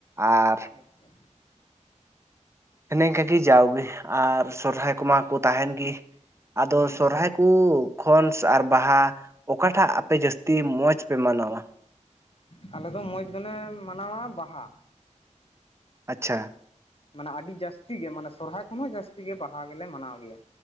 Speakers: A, on the right; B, on the left.
A: ᱟᱨ
B: ᱟᱪᱪᱷᱟ
A: ᱤᱱᱟᱹ ᱤᱱᱠᱟᱹ ᱜᱤ ᱡᱟᱣᱜᱮ ᱟᱨ ᱥᱚᱨᱦᱟᱭ ᱠᱚᱢᱟ ᱠᱚ ᱛᱟᱦᱮᱱ ᱜᱮ ᱟᱫᱚ
B: ᱦᱩᱸ
A: ᱥᱚᱨᱦᱟᱭ
B: ᱦᱩᱸ
A: ᱦᱟᱹᱠᱩ ᱠᱷᱚᱱ ᱟᱨ ᱵᱟᱦᱟ ᱚᱠᱟᱴᱟᱜ ᱟᱯᱮ ᱡᱟᱹᱥᱛᱤ ᱢᱚᱡᱽ ᱯᱮ ᱢᱟᱱᱟᱣᱟ?
B: ᱟᱞᱮ ᱫᱚ ᱢᱚᱡᱽ ᱫᱚᱞᱮ ᱢᱟᱱᱟᱣᱟ ᱵᱟᱦᱟ᱾
A: ᱟᱪᱪᱷᱟ
B: ᱢᱟᱱᱮ ᱟᱹᱰᱤ ᱡᱟᱹᱥᱛᱤ ᱜᱮ ᱢᱟᱱᱮ ᱥᱚᱨᱦᱟᱭ ᱠᱷᱚᱱ ᱦᱚᱸ ᱡᱟᱹᱥᱛᱤ ᱜᱮ ᱵᱟᱦᱟ ᱜᱮᱞᱮ ᱢᱟᱱᱟᱣ ᱜᱮᱭᱟ᱾